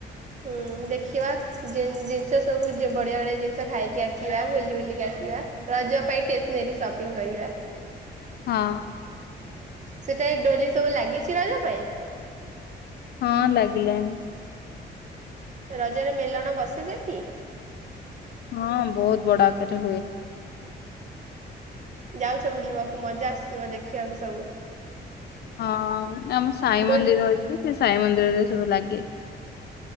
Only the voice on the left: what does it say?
ହଁ
ହଁ ଲଗିଲଣି
ହଁ ବହୁତ ବଡାକରେ ହୁଏ
ହଁ ଆମ ସାଇ
ମନ୍ଦିର ଅଛି ସେ ସାଇ ମନ୍ଦିରରେ ସବୁ ଲାଗେ